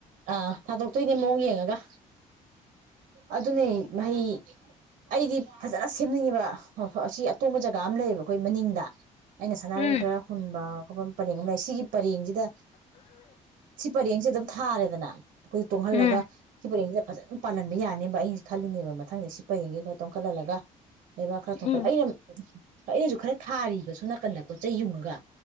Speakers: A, on the right; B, on the left.
A: ꯑꯥ ꯊꯥꯗꯣꯛꯇꯣꯏꯅꯦ ꯃꯑꯣꯡ ꯌꯦꯡꯉꯒ ꯑꯗꯨꯅꯦ ꯃꯍꯩ ꯑꯩꯗꯤ ꯐꯖꯅ ꯁꯦꯝꯅꯤꯡꯉꯤꯕ ꯃꯐꯝ ꯑꯁꯤ ꯑꯇꯣꯡꯕ ꯖꯒꯥ ꯑꯃ ꯂꯩꯌꯦꯕ ꯑꯩꯈꯣꯏ ꯃꯅꯤꯡꯗ ꯑꯩꯅ ꯁꯥꯟꯅꯔꯩ
B: ꯎꯝ
A: ꯈꯔ ꯍꯨꯟꯕ ꯃꯐꯝ ꯄꯔꯦꯡ ꯑꯃ ꯂꯩ ꯁꯤꯒꯤ ꯄꯔꯦꯡꯖꯤꯗ <unintelligible> ꯄꯔꯦꯡꯁꯦ ꯑꯗꯨꯝ ꯊꯥꯔꯦꯗꯅ ꯑꯩꯈꯣꯏ ꯇꯣꯡꯍꯜꯂꯒ
B: ꯎꯝ
A: ꯁꯤ ꯄꯔꯦꯡ ꯐꯖꯅ ꯄꯥꯜꯍꯟꯕ ꯌꯥꯔꯅꯤꯕ ꯑꯩ ꯈꯜꯂꯤꯅꯦꯕ ꯃꯊꯪꯗ ꯁꯤ ꯄꯔꯦꯡꯁꯦ ꯈꯔ ꯇꯣꯡꯈꯠꯍꯜꯂꯒ ꯂꯩꯕꯥꯛ ꯈꯔ ꯊꯣꯛꯒꯠꯂ
B: ꯎꯝ
A: ꯑꯩꯅ ꯑꯩꯅꯁꯨ ꯈꯔ ꯊꯥꯔꯤꯕ ꯁꯣꯝ ꯅꯥꯀꯟꯗ ꯄꯣꯠ ꯆꯩ ꯌꯨꯡꯉꯒ